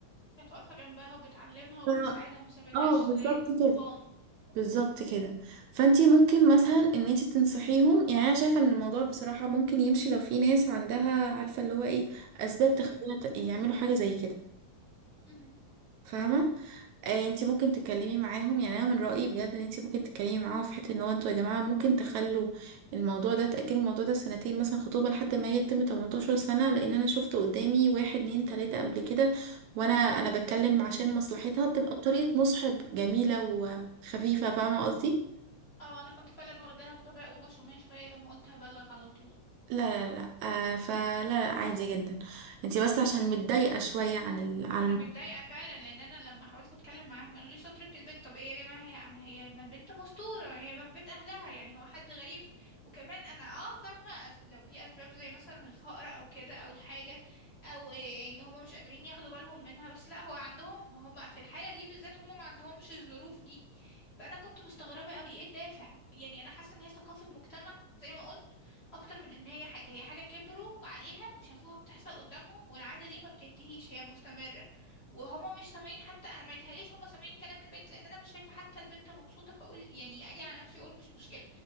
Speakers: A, on the left; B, on the right.
A: كانت واقفة جنبها وبتعلمها وبتساعدها
B: ف...
A: ما سابتهاش
B: اه بالظبط
A: للطوفان
B: كده بالظبط كده فانتي ممكن مثلا ان انتي تنصحيهم يعني انا شايفة ان الموضوع بصراحة ممكن يمشي لو في ناس عندها عارفة اللي هو ايه اسباب
A: مم.
B: تخليها ت- يعملوا حاجة زي كده
A: مم.
B: فاهمة آه، انت ممكن تتكلمي معاهم يعني انا من رأيي بجد ان انت ممكن تتكلمي معاهم في حته ان هو انتوا يا جماعه ممكن تخلوا الموضوع ده تأجلوا الموضوع ده سنتين مثلا خطوبه لحد ما هي تتم 18 سنه لان انا شفت قدامي واحد اتنين تلاته قبل كده وانا انا بتكلم عشان مصلحتها تبقى بطريقه مصحب جميله وخفيفه فاهمه قصدي
A: اه انا كنت فعلا واخداها بغباء وغشومية شوية لما قلت هبلغ على طول
B: لا لا لا آه فلا لا عادي جدا انت بس عشان متضايقه شويه عن ال... عن
A: انا متضايقة فعلا لان انا لما حاولت اتكلم معاهم قالوا لي سترة البنت طب ايه يا جماعة هي ام هي ما البنت مستورة هي ما في بيت اهلها يعني هو حد غريب وكمان انا اه فاهمة أس- لو في اسباب زي مثلا الفقر او كده او الحاجة او إيه ان هما مش قادرين ياخدوا بالهم منها بس لا هو عندهم هما في الحالة دي بالذات هما ما عندهمش الظروف دي فانا كنت مستغربه قوي ايه الدافع يعني انا حاسه ان هي ثقافه مجتمع زي ما قلت اكتر من ان هي حاجه هي حاجه كبروا عليها وشافوها بتحصل قدامهم والعاده دي ما بتنتهيش هي مستمره وهما مش سامعين حتى انا ما يتهيأليش هما سامعين كلام البنت لان انا مش شايفه حتى البنت مبسوطه فاقول يعني اجي على نفسي اقول مش مشكله